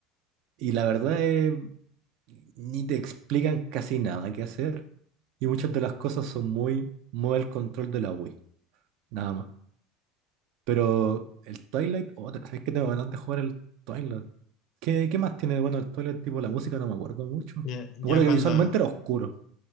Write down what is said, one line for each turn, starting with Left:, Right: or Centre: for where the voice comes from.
Right: Y la verdad es, ni te explican casi nada qué hacer. Y muchas de las cosas son muy, muy el control de la Wii, nada más. Pero el Twilight, otra, ¿sabes que tengo ganas de jugar el Twilight? ¿Qué, qué más tiene de bueno el Twilight? Tipo, la música no me acuerdo mucho. Me
Left: Ya, ya
Right: acuerdo
Left: cuando
Right: que visualmente era oscuro.